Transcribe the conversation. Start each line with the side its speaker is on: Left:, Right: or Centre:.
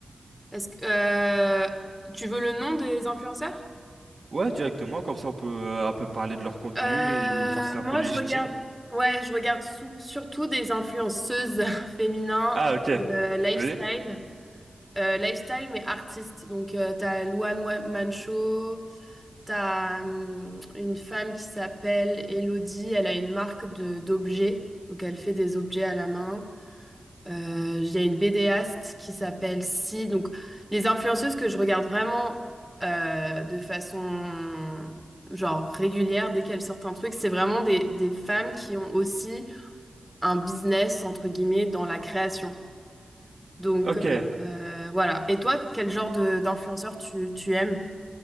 Centre: Est-ce que euh, tu veux le nom des influenceurs?
Right: Ouais, directement, comme ça on peut euh, un peu parler de leur contenu
Centre: Euh,
Right: et voir si c'est un
Centre: moi,
Right: peu légitime.
Centre: je regarde. Ouais, je regarde sou- surtout des influenceuses <laughs> féminines,
Right: Ah, ok,
Centre: euh, lifestyle,
Right: oui.
Centre: euh, lifestyle mais artistes. Donc, tu as Luan Wa- Mancho, T'as hum, une femme qui s'appelle Elodie, elle a une marque de d'objets, donc elle fait des objets à la main. Euh, Il y a une BDaste qui s'appelle Si. Donc les influenceuses que je regarde vraiment euh, de façon genre régulière, dès qu'elles sortent un truc, c'est vraiment des, des femmes qui ont aussi un business entre guillemets dans la création. Donc
Right: Ok.
Centre: euh, voilà. Et toi, quel genre de d'influenceur tu, tu aimes?